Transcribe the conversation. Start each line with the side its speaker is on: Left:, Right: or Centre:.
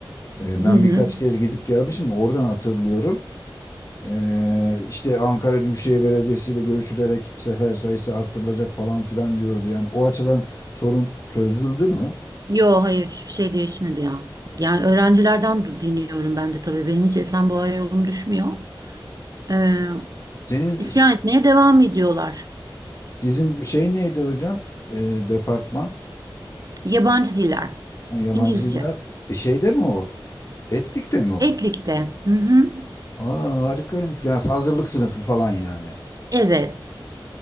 Left: E,
Right: Hı
Left: ben
Right: hı.
Left: birkaç kez gidip gelmişim oradan hatırlıyorum. E, işte Ankara Büyükşehir Belediyesi ile görüşülerek sefer sayısı artırılacak falan filan diyordu. Yani o açıdan sorun çözüldü mü?
Right: Yo hayır hiçbir şey değişmedi ya. Yani öğrencilerden du- dinliyorum ben de tabii. Benim hiç Esenboğa yolum düşmüyor. Ee,
Left: Senin
Right: isyan etmeye devam ediyorlar.
Left: sizin şey neydi hocam? E, departman,
Right: Yabancı diller.
Left: yabancı
Right: İngilizce.
Left: diller. E, şeyde mi o? Etlik'te mi o?
Right: Etlikte. Hı hı.
Left: Aa, harikaymış. Yani hazırlık sınıfı falan yani.
Right: Evet.